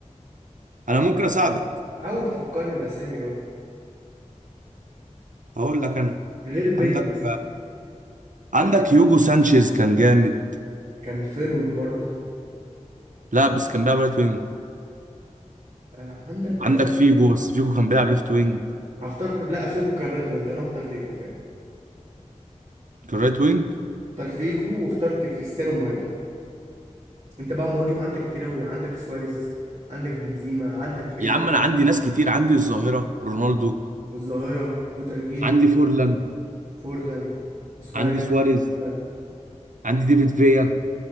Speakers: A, on the right; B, on the right.
A: انا ممكن اساعدك
B: حاول تفكرني باسامي اه
A: اقول لك انا
B: غير بيل
A: عندك
B: مثلا
A: عندك يوجو سانشيز كان جامد
B: كان فيرويد برضه
A: لا بس كان بيلعب رايت وينج
B: آه عندك
A: عندك
B: كارث
A: فيجو
B: بيل
A: بس فيجو كان بيلعب ليفت وينج
B: هختار لا فيجو كان رايت وينج انا هختار فيجو فعلا
A: كان رايت وينج
B: اختار فيجو واخترت كريستيانو مهاجم انت بقى مهاجم عندك كتير قوي عندك سواريز عندك بنزيما عندك ايتو
A: يا عم انا عندي ناس كتير عندي الظاهرة رونالدو
B: والظاهرة بوترجينيو
A: عندي فورلان
B: فورلان سواريز
A: عندي سواريز
B: بنزيما
A: عندي ديفيد فيا